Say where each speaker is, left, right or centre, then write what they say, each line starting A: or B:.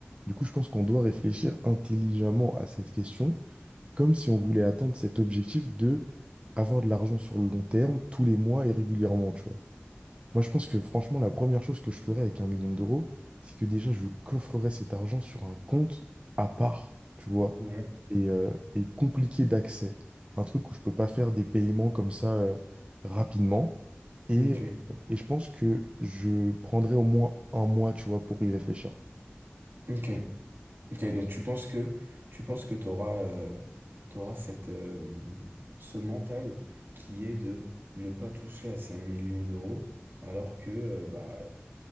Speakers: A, on the right (about 25°); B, on the right (about 55°).
A: Du coup, je pense qu'on doit réfléchir intelligemment à cette question, comme si on voulait atteindre cet objectif de avoir de l'argent sur le long terme, tous les mois et régulièrement, tu vois. Moi, je pense que franchement, la première chose que je ferais avec un million d'euros, c'est que déjà, je coffrerais cet argent sur un compte à part, tu vois,
B: Ouais.
A: et, euh, et compliqué d'accès. Un truc où je peux pas faire des paiements comme ça euh, rapidement. Et,
B: Ok,
A: et je pense que je prendrais au moins un mois, tu vois, pour y réfléchir.
B: ok, ok. Donc tu penses que tu penses que t'auras euh, t'auras cette euh, ce mental qui est de ne pas toucher à ces un million d'euros, alors que euh, bah